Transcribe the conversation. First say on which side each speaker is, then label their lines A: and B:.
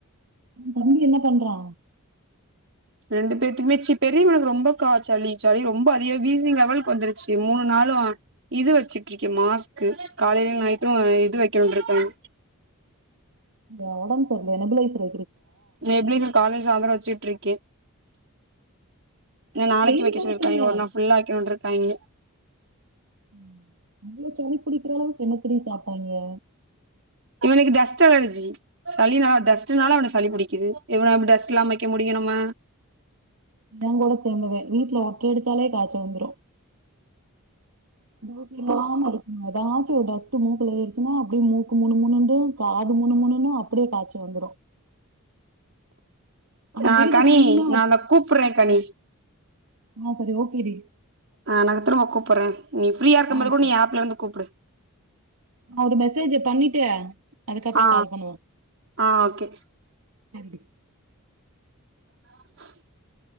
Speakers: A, on the right; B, on the right.
A: தம்பி என்ன பண்றா
B: ரெண்டு பேத்துக்கு மேச்சி பெரியவனுக்கு ரொம்ப காச்சல் சளி சளி ரொம்ப அதிக வீசிங் லெவலுக்கு வந்துருச்சு மூணு நாளு இது வெச்சுட்டு இருக்கே மாஸ்க்கு காலைலயு நையிட்டு இது வெக்கனுன்ருக்காங்க
A: ஒடம் செரில்ல நெப்புலைசரு
B: நீ எப்டி சார் காலேஜ் அந்த காலேஜ் சீட் ட்ருக்கே ஏ நாளைக்கு
A: வெயில்
B: வெக்க
A: காலத்துலயா
B: சொல்லிருக்காங்க ஒரு நா ஃபுல்லா வெக்கனுன்ருக் தைலோ
A: ம் அவ்ளோ சளி புடிக்குற அளவுக்கு என்ன தோழி சாப்ட் பைய
B: இவனுக்கு டஸ்ட் அலர்ஜி சளினா டஸ்டுனால அவனுக்கு சளி புடிக்குது எவ்ள நாள் டஸ்ட் இல்லாம வெக்க முடியு நம்ம
A: ஏங் கூட சேந்தவ வீட்ல ஒர்த் ஒட்ற எடுத்தாலே காச்சல் வந்துரு <inaudible> எதாச்சி ஒரு டஸ்ட் டு மூக்குல ஏருச்சுனா அப்டி மூக்கு முணு முணுன்ட்டு காது முணு முணுன்னு அப் அபடியே காச்ச வந்துரு ஆனா
B: ஆ
A: வீட
B: கனி
A: கிளீனா
B: நா இதா கூப்புற கனி
A: ஆஃபரு ஓகே டி
B: ஆ நாங்க திரும்ப குப்புற நீ ஃரீயா இருக்கும்போது
A: ஆ
B: கூட
A: சரி
B: நீ ஆப்ல இருந்து கூப்டு
A: ஒரு மெசேஜ பண்ணிட்டு அதுக்கப்ற
B: ஆ
A: கால் பண்ணுவோ
B: ஆ ஓகே
A: சன்டி
B: தா